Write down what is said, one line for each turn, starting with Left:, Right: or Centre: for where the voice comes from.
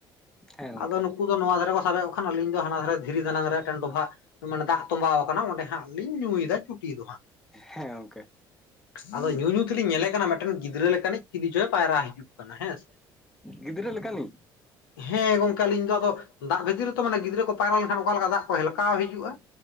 Centre: ᱦᱮᱸ ᱜᱚᱝᱠᱮ
Left: ᱟᱫᱚ ᱱᱩᱠᱩ ᱫᱚ ᱱᱚᱣᱟ ᱫᱷᱟᱨᱮ ᱠᱚ ᱥᱟᱵᱮᱫ ᱠᱚ ᱠᱷᱟᱱ ᱟᱞᱤᱧ ᱫᱚ ᱦᱟᱱᱟ ᱫᱷᱟᱨᱮ ᱫᱷᱤᱨᱤ ᱫᱟᱱᱟᱝ ᱨᱮ ᱢᱤᱫᱴᱮᱱ ᱰᱚᱵᱷᱟᱜ ᱢᱟᱱᱮ ᱫᱟᱜ ᱛᱚᱸᱵᱟᱣ ᱟᱠᱟᱱᱟ ᱚᱸᱰᱮ ᱦᱟᱸᱜ ᱞᱤᱧ ᱧᱩᱭᱮᱫᱟ ᱪᱩᱴᱤ ᱫᱚ ᱦᱟᱸᱜ
Centre: ᱦᱮᱸ ᱜᱚᱝᱠᱮ
Left: ᱟᱫᱚ ᱧᱩᱼᱧᱩ ᱛᱮᱞᱤᱧ ᱧᱮᱞᱮ ᱠᱟᱱᱟ ᱢᱤᱫ ᱴᱟᱝ ᱜᱤᱫᱽᱨᱟᱹ ᱞᱮᱠᱟᱱᱤᱡ ᱪᱤᱞᱤᱪᱚᱭ ᱯᱟᱭᱨᱟ ᱦᱤᱡᱩᱜ ᱠᱟᱱᱟ ᱦᱮᱸ ᱥᱮ
Centre: ᱜᱤᱫᱽᱨᱟᱹ ᱞᱮᱠᱟᱱᱤᱡ
Left: ᱦᱮᱸ ᱜᱚᱝᱠᱮ ᱟᱹᱞᱤᱧ ᱫᱚ ᱟᱫᱚ ᱫᱟᱜ ᱵᱷᱤᱛᱤᱨ ᱨᱮ ᱛᱚ ᱜᱤᱫᱽᱨᱟᱹ ᱠᱚ ᱯᱟᱭᱨᱟ ᱞᱮᱱᱠᱷᱟᱱ ᱚᱠᱟ ᱞᱮᱠᱟ ᱫᱟᱜ ᱠᱚ ᱦᱮᱞᱠᱟᱣ ᱦᱤᱡᱩᱜᱼᱟ